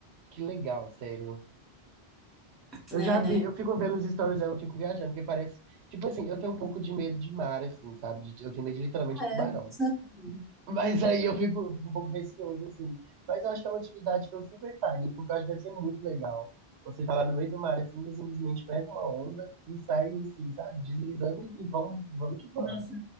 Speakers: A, on the right; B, in the centre.
A: que legal, sério. Eu
B: né,
A: já
B: né?
A: vi, eu fico vendo os stories dela, eu fico viajando, porque parece. Tipo assim, eu tenho um pouco de medo de mar, assim, sabe? De- Eu tenho medo literalmente
B: Ah,
A: de tubarão.
B: É, não sabia.
A: <laughs> Mas aí eu fico, eu fico um pouco receoso, assim. Mas eu acho que é uma atividade que eu super faria, porque eu acho que deve ser muito legal. Você tá lá no meio do mar, assim, e simplesmente pega uma onda e sai, assim, sabe? Deslizando e vamos, vamos que vamos.
B: Nossa.